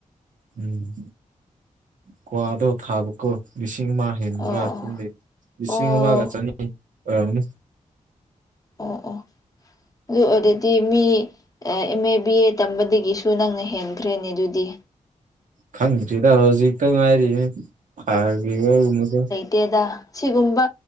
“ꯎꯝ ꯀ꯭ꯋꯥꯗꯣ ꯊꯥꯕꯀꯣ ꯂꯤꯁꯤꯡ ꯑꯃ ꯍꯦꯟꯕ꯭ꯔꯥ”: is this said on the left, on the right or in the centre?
Right